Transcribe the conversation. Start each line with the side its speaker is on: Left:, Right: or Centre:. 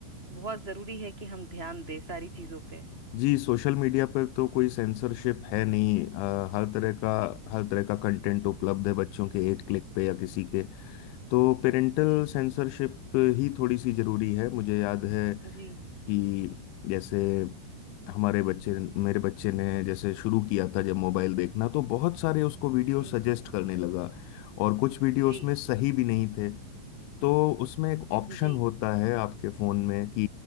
Right: बहुत जरूरी है कि हम ध्यान दें सारी चीजों पे
Left: जी सोशल मीडिया पर तो कोई सेंसरशिप है नहीं अ, हर तरह का हर तरह का कंटेंट उपलब्ध है बच्चों के एक क्लिक पे या किसी के तो पेरेंटल
Right: जी
Left: सेंसरशिप ही थोड़ी सी जरूरी है मुझे याद है
Right: जी
Left: कि जैसे हमारे बच्चे मेरे बच्चे ने जैसे शुरू किया था जब मोबाइल देखना तो बहुत सारे उसको वीडियो
Right: जी
Left: सजेस्ट करने लगा और कुछ वीडियो
Right: जी
Left: उसमें सही भी नहीं थे तो उसमें एक ऑप्शन
Right: जी
Left: होता है आपके फ़ोन में कि